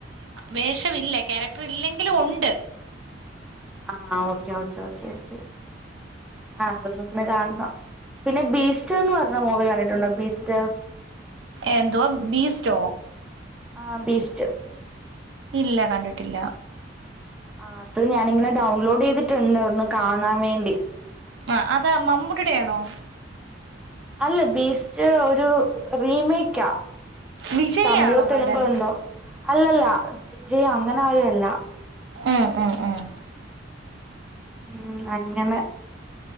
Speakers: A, on the right; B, in the centre.
A: വേഷമില്ല ക്യാരക്ടർ ഇല്ലെങ്കിൽ എങ്കിലും ഉണ്ട്
B: ആഹ് ഓക്കേ ഓക്കേ ഓക്കെ ഓക്കെ ആഹ് അതൊന്ന് കാണണം പിന്നെ ബീസ്റ്റ എന്ന് പറഞ്ഞ മൂവി കണ്ടിട്ടുണ്ടോ ബീസ്റ്റ
A: എന്ത വോ ബീ സ്റ്റോ
B: ആഹ് ബീസ്റ്റ്
A: ഇല്ല കണ്ടിട്ടില്ല
B: ആഹ് അത് ഞാനിങ്ങനെ ഡൗൺലോഡ് ചെയ്തിട്ടുണ്ട് ഒന്ന് കാണാൻ വേണ്ടി
A: ആഹ് അത് മമ്മൂട്ടുടെയാണോ
B: അല്ല ബീസ്റ്റ് ഒരു റീമേക്ക് യാ
A: വിജയാണോ
B: തമിഴോ തെലുങ്കോ
A: നടൻ
B: എന്തോ അല്ലല്ല വിജയ അങ്ങനെ ആരും അല്ല
A: ഏഹ് എഹ് എഹ്
B: ഉം അങ്ങനെ